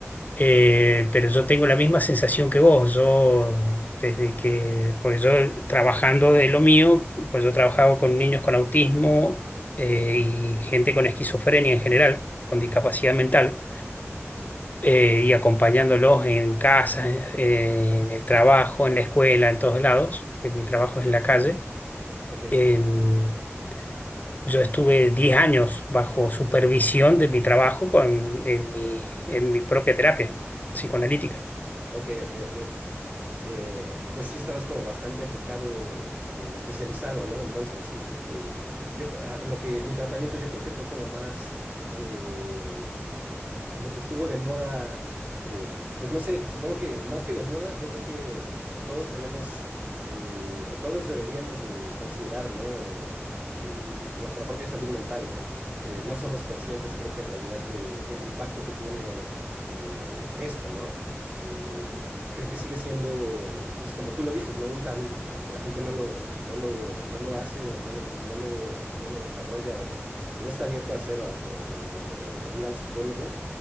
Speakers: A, on the left; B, on the right.
A: eh, pero yo tengo la misma sensación que vos. Yo, desde que, por eso trabajando de lo mío, pues yo he trabajado con niños con autismo eh,
B: ok,
A: y gente con esquizofrenia en general, con discapacidad mental, eh, y acompañándolos en casa, eh, en el trabajo, en la escuela, en todos lados, que mi trabajo es en la calle.
B: ok,
A: Em, yo estuve 10 años bajo supervisión de mi trabajo con, en mi, en mi propia terapia psicoanalítica.
B: ok, ok, ok. eh, pues sí estabas como bastante enfocado o especializado, ¿no? Entonces, mm, eh, yo, a- lo que, mi tratamiento yo creo que fue como más, eh, lo que estuvo de moda, eh, pues no sé, supongo que más que de moda, yo creo que pues todos tenemos, eh, o todos deberíamos de considerar, ¿no? eh, nuestra propia salud mental, ¿no? Eh, no somos conscientes, creo que en realidad, de- del impacto que tiene eh, esto, ¿no? Eh, y creo que sigue siendo, pues como tú lo dices, ¿no? Un tabú, ¿no? La gente no lo, no lo, no lo hace o no lo, no lo, no lo desarrolla o, o no está abierto a hacerlo a- o, o- o- o a ir al psicólogo